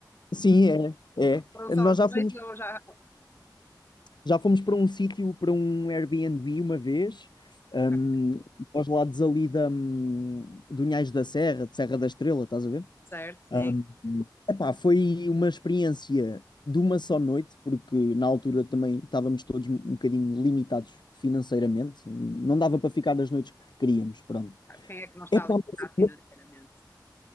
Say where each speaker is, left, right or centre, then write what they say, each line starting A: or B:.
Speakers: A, on the left; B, on the left.
A: Sim, é,
B: Foram
A: é.
B: só
A: Nós
B: os
A: já
B: dois
A: fomos.
B: ou já.
A: Já fomos para um sítio, para um Airbnb uma vez,
B: Ok,
A: um, aos lados ali da, hum, do Unhais da Serra, de Serra da Estrela, estás a ver?
B: certo, sim.
A: Um, epá, foi uma experiência de uma só noite, porque na altura também estávamos todos um bocadinho limitados financeiramente, não dava para ficar as noites que queríamos, pronto.
B: Quem é que não está
A: Epá,
B: alimentado financeiramente?
A: mas-